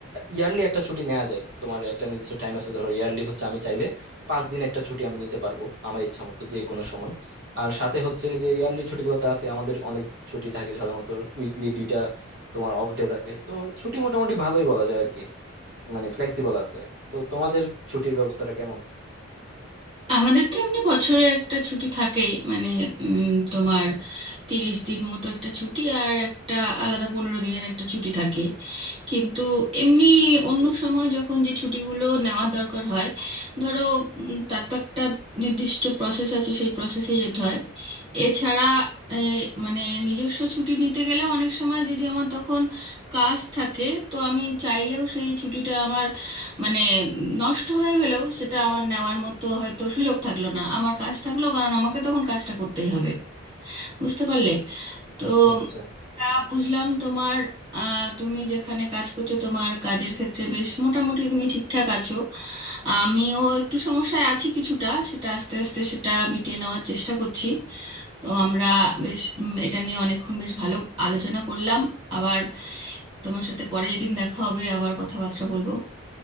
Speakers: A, on the right; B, on the right.
A: ইয়ারলি একটা ছুটি নেওয়া যায় তোমার একটা নির্দিষ্ট টাইম আছে ধরো ইয়ারলি হচ্ছে আমি চাইলে পাঁচ দিন একটা ছুটি আমি নিতে পারবো আমার ইচ্ছা মতো যে কোনো সময় আর সাথে হচ্ছে যে ইয়ারলি ছুটিগুলোতে আছে আমাদের অনেক ছুটি থাকে সাধারণত উইকলি দুইটা তোমার অফ ডে থাকে তো ছুটি মোটামুটি ভালোই বলা যায় আর কি মানে ফ্লেক্সিবল আছে আর কি। তো তোমাদের ছুটির ব্যবস্থাটা কেমন
B: আমাদের তো এমনি বছরে একটা ছুটি থাকেই মানে উম, তোমার তিরিশ দিন মতো একটা ছুটি আর একটা আলাদা পনেরো দিনের একটা ছুটি থাকে কিন্তু এমনি
A: আচ্ছা
B: অন্য সময় যখন যে ছুটিগুলো নেওয়ার দরকার হয় ধরো উম, তার তো একটা নির্দিষ্ট প্রসেস আছে সেই প্রসেসে যেতে হয় এছাড়া এ, মানে নিজস্ব ছুটি নিতে গেলে অনেক সময় যদি আমার তখন কাজ থাকে তো আমি চাইলেও সেই ছুটিটা আমার মানে নষ্ট হয়ে গেলেও সেটা আমার নেওয়ার মতো হয়তো সুযোগ থাকলো না আমার কাজ থাকলো কারণ আমাকে তখন কাজটা করতেই হবে বুঝতে পারলে তো
A: আচ্ছা আচ্ছা
B: তা বুঝলাম তোমার আহ, তুমি যেখানে কাজ করছো তোমার কাজের ক্ষেত্রে বেশ মোটামুটি তুমি ঠিকঠাক আছো আমিও একটু সমস্যায় আছি কিছুটা সেটা আস্তে আস্তে সেটা মিটিয়ে নেওয়ার চেষ্টা করছি তো আমরা বেশ উম, এটা নিয়ে অনেকক্ষণ বেশ ভালো আলোচনা করলাম আবার তোমার সাথে পরে যেদিন দেখা হবে আবার কথাবার্তা বলবো